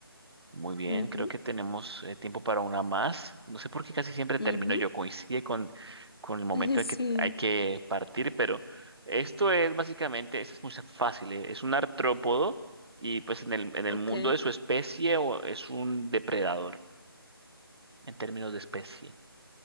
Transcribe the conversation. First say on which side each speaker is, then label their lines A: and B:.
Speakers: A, on the right (about 85°); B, on the left (about 75°).
A: Muy bien,
B: ujú,
A: creo que tenemos eh, tiempo para una más. No sé por qué casi siempre
B: ujú.
A: termino yo. Coincide con, con
B: <laughs>
A: el momento en
B: Sí,
A: que hay que partir, pero esto es básicamente, esto es muy fácil, eh, Es un artrópodo y pues en el, en el
B: ok.
A: mundo de su especie o es un depredador en términos de especie.